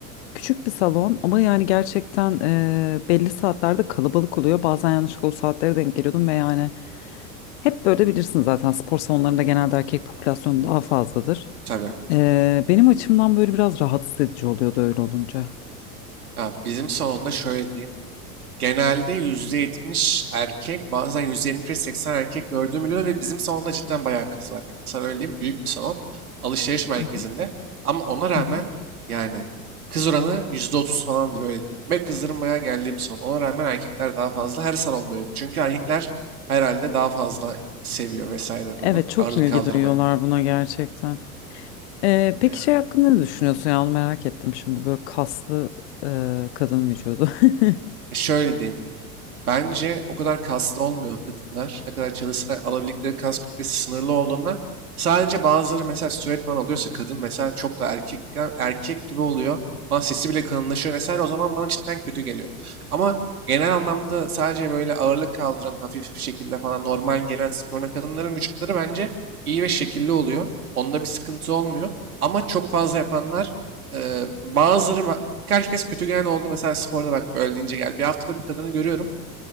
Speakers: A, on the left; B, on the right.
A: küçük bir salon ama yani gerçekten e, belli saatlerde kalabalık oluyor. Bazen yanlışlıkla o saatlere denk geliyordum ve yani Hep böyle bilirsin zaten spor salonlarında genelde erkek popülasyonu daha fazladır.
B: tabii.
A: Ee, benim açımdan böyle biraz rahatsız edici oluyordu öyle olunca.
B: Ya bizim salonda şöyle diyeyim. Genelde %70 erkek, bazen 75 seksen erkek gördüğüm oluyor ve bizim salonda cidden bayağı kız var yani. Sana öyle diyeyim, büyük bir salon, alışveriş merkezinde.
A: Hı hı,
B: Ama ona rağmen
A: hı hı.
B: yani kız oranı %30 falandır öyle diyeyim. Ve kızların bayağı geldiği bir salon. Ona rağmen erkekler daha fazla, her salonda öyle. Çünkü erkekler herhalde daha fazla seviyor vesaire
A: Evet
B: bunu,
A: çok
B: ağırlık
A: ilgi
B: kaldırmayı.
A: duyuyorlar buna gerçekten. Ee, peki
B: Ya
A: şey hakkında ne düşünüyorsun ya onu merak ettim şimdi böyle kaslı e, kadın vücudu. <laughs>
B: e, şöyle diyeyim, Bence o kadar kaslı olmuyor kadınlar. Ne kadar çalışsa da alabildikleri kas kütlesi sınırlı olduğundan sadece bazıları mesela steroid falan alıyorsa kadın mesela çok da erkek erkek gibi oluyor. Falan sesi bile kalınlaşıyor vesaire o zaman bana cidden kötü geliyor. Ama genel anlamda sadece böyle ağırlık kaldıran hafif bir şekilde falan normal gelen sporuna kadınların vücutları bence iyi ve şekilli oluyor. Onda bir sıkıntı olmuyor. Ama çok fazla yapanlar e, bazıları ma- birkaç kez kötü gelen oldu. Mesela sporda bak böyle deyince gel. Bir haftadır bir kadını görüyorum